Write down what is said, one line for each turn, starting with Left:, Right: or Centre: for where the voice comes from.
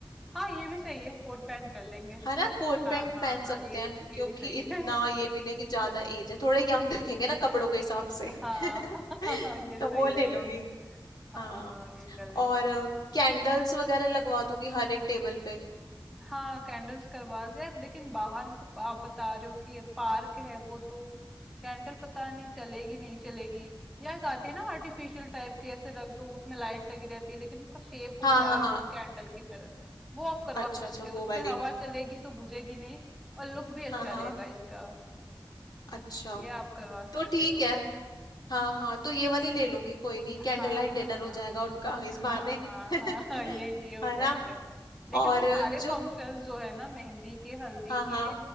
Centre: हाँ ये भी सही है कोट पैंट कर लेंगे
Left: है ना कोट
Centre: हाँ
Left: पैंट
Centre: हाँ
Left: पहन
Centre: हाँ
Left: सकते
Centre: ये
Left: हैं
Centre: भी
Left: क्योंकि
Centre: ये भी सही
Left: इतना
Centre: है
Left: ये भी नहीं कि ज्यादा एज है थोड़े यंग दिखेंगे ना कपड़ों के हिसाब से
Centre: हाँ
Left: <laughs>
Centre: <laughs> ये
Left: तो
Centre: सही
Left: वो
Centre: रहेगा
Left: ले लूंगी
Centre: हाँ
Left: हाँ
Centre: हाँ ये कर लेना
Left: और कैंडल्स वगैरह लगवा दूंगी हर एक टेबल पे
Centre: हाँ कैंडल्स करवा से यार लेकिन बाहर जैसे प- आप बता रहे हो कि ये पार्क है वो तो कैंडल पता नहीं चलेगी नहीं चलेगी या एक आती है ना आर्टिफिशियल टाइप की ऐसे रख दो उसमें लाइट लगी रहती है लेकिन उनका शेप होता
Left: हाँ हाँ
Centre: है
Left: हाँ
Centre: एकदम कैंडल की तरह वो आप करवा
Left: अच्छा
Centre: सकते
Left: अच्छा
Centre: हो
Left: वो
Centre: उसमें
Left: वाली
Centre: हवा चलेगी तो बुझेगी नहीं और लुक भी अच्छा
Left: हाँ हाँ
Centre: रहेगा इसका
Left: अच्छा
Centre: ये आप करवा सकते
Left: तो ठीक
Centre: हो
Left: है हाँ हाँ तो ये वाली ले लूंगी कोई नहीं
Centre: हाँ
Left: कैंडल लाइट
Centre: हाँ
Left: डिनर हो
Centre: हाँ
Left: जाएगा उनका इस
Centre: हाँ
Left: बहाने
Centre: हाँ
Left: <laughs> है
Centre: हाँ हाँ, ये ये हो जाएगा
Left: ना
Centre: लेकिन
Left: और
Centre: वो सारे
Left: जो
Centre: फंक्शंस जो है ना मेहंदी के हल्दी
Left: हाँ
Centre: के
Left: हाँ